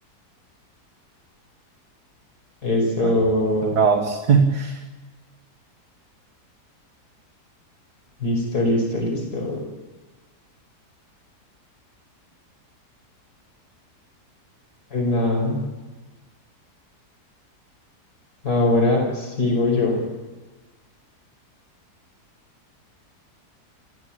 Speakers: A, on the left (about 65°); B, on the right (about 70°).
A: Eso,
B: Bueno, <laughs> toca a vos. <laughs>
A: listo, listo, listo. Pues nada, ahora sigo yo.